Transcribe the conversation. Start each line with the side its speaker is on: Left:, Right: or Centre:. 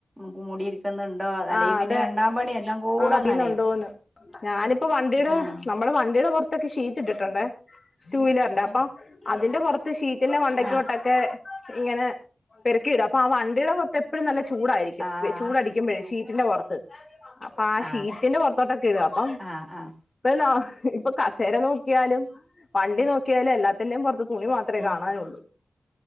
Right: മുമൂടി ഇരിക്ക്ന്ന് ആഹ് അല്ലെങ്കിൽ
Left: ആ
Right: പിന്നെ
Left: അതെ
Right: രണ്ടാം പണി എല്ലാം കൂട
Left: ആ പിന്നുണ്ടോന്ന്
Right: നനയും.
Left: ഞാനിപ്പോ വണ്ടീടെ
Right: ഉം
Left: നമ്മുടെ വണ്ടിടെ പോർത് തൊക്കെ ഷീറ്റ് ഇട്ടിട്ടുണ്ട് ടു വീലറിന്റെ അപ്പൊ അതിന്റെ പുറത്ത് ഷീറ്റിന്റെ മണ്ടയ്ക്ക്
Right: ആഹ്
Left: വട്ട ഒക്കെ ഇങ്ങനെ പെറുക്കിയിടും അപ്പൊ ആഹ് വണ്ടിയുടെ പുറത്ത് എപ്പോഴും നല്ല ചൂടായിരിക്കും.
Right: ആഹ്
Left: ചൂടടി ക്കുമ്പ ഷീറ്റിന്റെ പുറത്ത്. അപ്പൊ ആ
Right: ആഹ്
Left: ഷീറ്റിന്റെ പുറത്തോട്ടൊക്കെ ഇടുക, അപ്പൊ
Right: ആഹ് ആഹ്
Left: ല, ഇപ്പൊ കസേര നോക്കിയാലും വണ്ടി നോക്കി ക്കിയാലും എല്ലാത്തിന്റെയും പുറത്ത് തുണി മാത്രേ
Right: ഉം
Left: കാണാനുള്ളൂ.